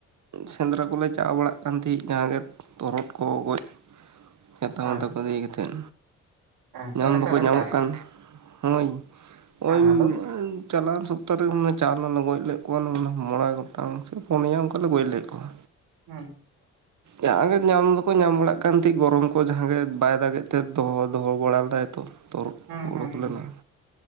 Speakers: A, on the right (about 50°); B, on the right (about 70°).
A: ᱥᱮᱸᱫᱽᱨᱟ ᱠᱚᱞᱮ ᱪᱟᱣ ᱵᱟᱲᱟᱜ ᱠᱟᱱ ᱛᱟᱦᱮᱸᱫ ᱡᱟᱦᱟᱸᱜᱮ ᱛᱚᱨᱚᱫ ᱠᱚ ᱜᱚᱡ ᱪᱷᱟᱛᱟ
B: ᱦᱮᱸ
A: ᱢᱟᱛᱟ ᱠᱚ ᱤᱫᱤ ᱠᱟᱛᱮᱫ
B: ᱦᱮᱸ
A: ᱧᱟᱢ
B: ᱱᱮᱛᱟᱨ
A: ᱫᱚᱠᱚ
B: ᱱᱮᱛᱟᱨ
A: ᱧᱟᱢᱚᱜ ᱠᱟᱱ ᱦᱳᱭ <unintelligible>
B: ᱦᱮᱸ ᱟᱫᱚ
A: ᱪᱟᱞᱟᱣᱮᱱ ᱥᱚᱯᱛᱟ ᱨᱮ ᱢᱚᱱᱮ ᱦᱚᱭ ᱪᱟᱞᱞᱮ ᱜᱚᱡ ᱞᱮᱫ ᱠᱚᱣᱟ ᱚᱱᱮ ᱢᱚᱬᱮ ᱜᱚᱴᱟᱝ ᱥᱮ ᱯᱩᱱᱭᱟ ᱚᱱᱠᱟᱞᱮ ᱜᱚᱡ ᱞᱮᱫ ᱠᱚᱣᱟ
B: ᱦᱩᱸ
A: ᱡᱟ ᱜᱮ ᱧᱟᱢ ᱫᱚᱠᱚ ᱧᱟᱢ ᱵᱟᱲᱟᱜ ᱠᱟᱱ ᱛᱟᱦᱮᱸ ᱜᱚᱨᱚᱢ ᱠᱚ ᱡᱟᱦᱟ ᱜᱮ ᱵᱟᱭ ᱫᱟᱜᱮᱜ ᱛᱮ ᱫᱚᱦᱚ ᱫᱚᱦᱚ ᱵᱟᱲᱟ ᱞᱮᱫᱟᱭ ᱛᱚᱨᱦᱚᱫ
B: ᱦᱩᱸ
A: ᱠᱚ
B: ᱦᱩᱸ
A: ᱚᱰᱩᱠ
B: ᱦᱩᱸ
A: ᱞᱮᱱᱟ